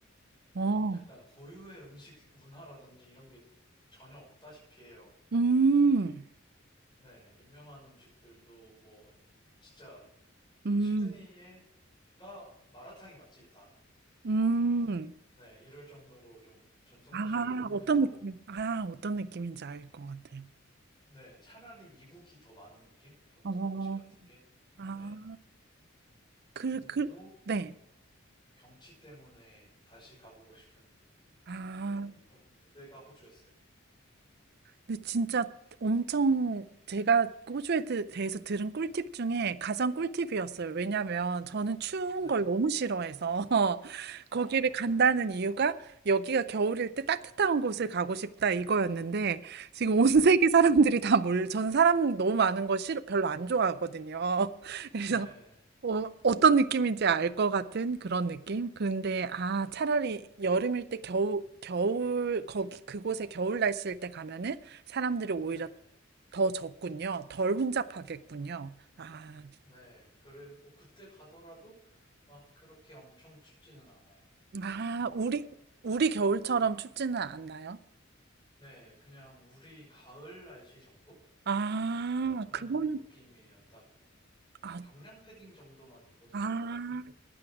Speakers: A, on the right; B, on the left.
A: 어,
B: 예, 약간 고유의 음식 문화라든지 이런 게 전혀 없다시피 해요.
A: 음,
B: 네, 유명한 음식들도 뭐 진짜
A: 음,
B: 시드니에가 마라탕이 맛집이다.
A: 음,
B: 네, 이럴 정도로 좀 전통
A: 아,
B: 음식이 없는데도,
A: 어떤 느낌, 아, 어떤 느낌인지 알 것 같아요.
B: 네, 차라리 미국이 더 많은 느낌? 전통
A: 어,
B: 음식 같은 게.
A: 아,
B: 네.
A: 그,
B: 근데도
A: 그, 네.
B: 경치 때문에 다시 가보고 싶은
A: 아.
B: 그런 호, 데가 호주였어요.
A: 근데 진짜 엄청 제가 호주에 대- 대해서 들은 꿀팁 중에 가장 꿀팁이었어요. 왜냐면 저는 추운
B: 네네.
A: 걸 너무 싫어해서 <laughs>
B: 아,
A: 거기를 간다는 이유가 여기가 겨울일 때 따뜻한 곳을 가고 싶다 이거였는데 지금 온 <laughs>
B: 네.
A: 세계 사람들이 다 몰, 전 사람 너무 많은 거 싫어, 별로 안 좋아하거든요. <laughs> 그래서
B: 네.
A: 어, 어떤 느낌인지 알 것 같은 그런 느낌? 근데, 아,
B: 음,
A: 차라리 여름일 때 겨울, 겨울, 거기, 그곳에 겨울 날씨일 때 가면은 사람들이 오히려
B: 네네.
A: 더 적군요. 덜 혼잡하겠군요. 아,
B: 네. 그리고 그때 가더라도 막 그렇게 엄청 춥지는 않아요.
A: 아,
B: 한국처럼.
A: 우리, 우리 겨울처럼 춥지는 않나요?
B: 네. 그냥 우리 가을 날씨 정도?
A: 아,
B: 그런
A: 그거는,
B: 느낌이에요. 딱
A: 아,
B: 경량 패딩 정도만 입어도
A: 아.
B: 될 것 같은?